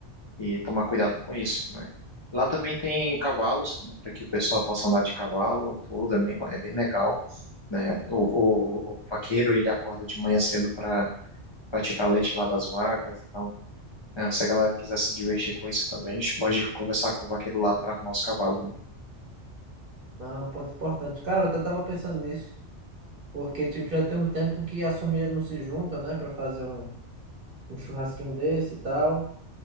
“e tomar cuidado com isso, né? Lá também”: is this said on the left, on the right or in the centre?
Left